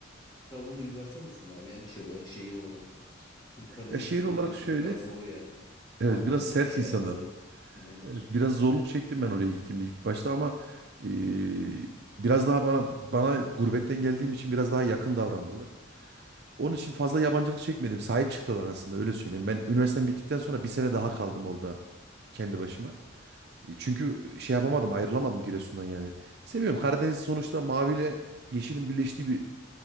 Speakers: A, on the left; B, on the right.
A: Trabzon'da üniversite nasıl abi? Yani şey olarak, şehir olarak. Şimdi Karadeniz
B: Ya şehir
A: insanı
B: olarak
A: biliyorsun
B: şöyle
A: biraz zor yani.
B: evet
A: Anlaşması,
B: biraz sert
A: şey
B: insanlar.
A: yapması. Aynen.
B: Evet, biraz zorluk çektim ben oraya gittiğimde ilk başta ama eee, biraz daha bana bana gurbetten geldiğim için biraz daha yakın davrandılar. Onun için fazla yabancılık çekmedim. Sahip çıktılar aslında öyle söyleyeyim. Ben üniversitem bittikten sonra bir sene daha kaldım orada kendi başıma. E, Çünkü şey yapamadım, ayrılamadım Giresun'dan yani. Seviyorum. Karadeniz sonuçta maviyle yeşilin birleştiği bir